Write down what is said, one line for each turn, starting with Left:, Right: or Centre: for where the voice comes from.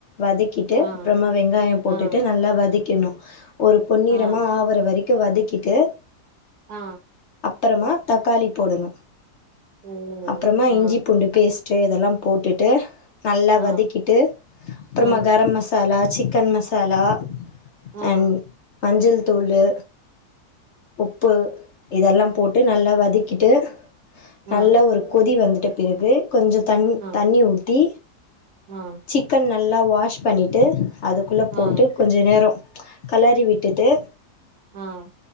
Left: வதக்கிட்டு
Right: ஆ
Left: அப்புறமா வெங்காயம் போட்டுட்டு
Right: ஆ
Left: நல்லா வதக்கிடனு ஒரு பொன்னிறமா
Right: ஆ
Left: ஆவற வரை க்கு வதக்கிட்டு
Right: ஆ
Left: அப்புறமா தக்காளி போடணு
Right: ஓ
Left: அப்புறமா
Right: ஆ
Left: இஞ்சி பேஸ்ட்டு இதெல்லாம் போட்டுட்டு நல்லா
Right: ஆ
Left: வதக்கிட்டு அப்புறமா
Right: ஆ
Left: garam masala chicken masala
Right: ah
Left: and மஞ்சள் தூளு உப்பு இதல்லாம் போட்டு நல்லா வதக்கிட்டு நல்ல
Right: ஆ
Left: ஒரு கொதி வந்து பிறகு கொஞ்ச தண்ணி
Right: ஆ
Left: தண்ணி ஊத்தி
Right: ஆ
Left: சிக்கன் ந நல்லா வாஷ் பண்ணிட்டு அதுக்குள்ள
Right: ஆ
Left: போட்டு கொஞ்ச நேரம் கலறி விட்டுட்டு
Right: ஆஹ்